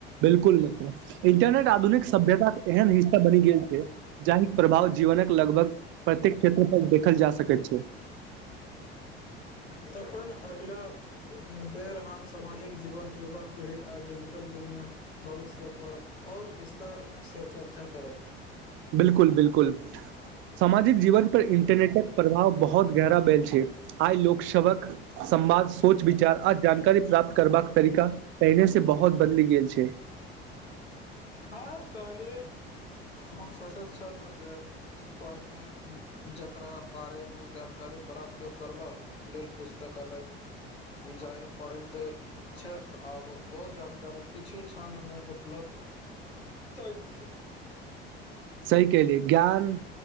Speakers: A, on the right; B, on the left.
A: बिल्कुल मित्र इंटरनेट आधुनिक सभ्यता के एहन हिस्सा बनि गेल छै जाहि प्रभाव। जीवनक लगभग प्रत्येक क्षेत्र तक देखल जा सकैत छै।
B: तखन अगिला बेर हम सामाजिक जीवन युवा पीढ़ी आ डिजिटल दुनिआ भविष्य परर आओर विस्तारसँ चर्चा करब।
A: बिलकुल बिलकुल सामाजिक जीवन। इंटरनेटक प्रभाव बहुत। गहरा भेल छै आइ लोक सबक संवाद सोच विचार आ जानकारी प्राप्त करबाक तरीका पहिने से बहुत बदलि गेल छै।
B: हँ कहलियै हम सोचैत छलहु जे पहिने जकरा बारेमे जानकारी प्राप्त करबा लेल पुस्तकालय जाय पड़ैत छै आब ओ जानकारी किछु क्षण मे उपलब्ध। चइित छै।
A: सही कहलियै ग्यारह।